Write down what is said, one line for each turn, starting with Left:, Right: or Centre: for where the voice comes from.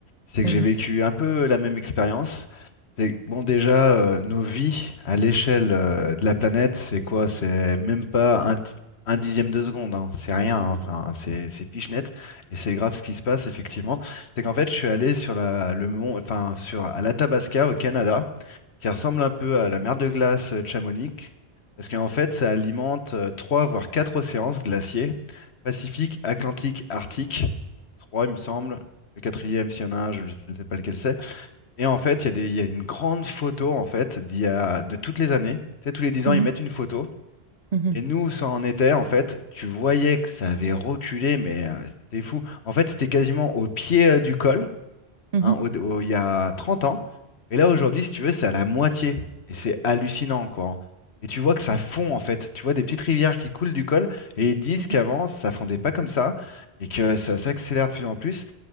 Left: C'est
Right: vas-y.
Left: que j'ai vécu un peu la même expérience. C'est que, bon, déjà, euh, nos vies à l'échelle euh, de la planète, c'est quoi? C'est même pas un, ti- un dixième de seconde, hein. C'est rien, hein. Enfin, c'est c'est pichenette. Et c'est grave ce qui se passe, effectivement. C'est qu'en fait, je suis allé sur la, le mont, enfin, sur, à l'Athabasca, au Canada. qui ressemble un peu à la mer de glace euh, de Chamonix, parce qu'en fait, ça alimente euh, trois voire quatre océans glaciers, Pacifique, Atlantique, Arctique, trois, il me semble. Le quatrième, s'il y en a un, je, je ne sais pas lequel c'est. Et en fait, il y a des, il y a une grande photo en fait d'il y a, de toutes les années. Tu sais, tous les dix
Right: Mhm,
Left: ans, ils mettent une photo.
Right: mhm,
Left: Et nous, ça en était, en fait, tu voyais que ça avait reculé, mais euh, c'était fou. En fait, c'était quasiment au pied euh, du col
Right: mhm,
Left: hein, au- au- il y a 30 ans. Et là, aujourd'hui, si tu veux, c'est à la moitié. Et c'est hallucinant, quoi. hein. Et tu vois que ça
Right: mhm,
Left: fond, en fait. Tu vois des petites rivières qui coulent du col, et ils disent
Right: mhm,
Left: qu'avant, ça fondait pas comme ça, et que ça s'accélère de plus en plus.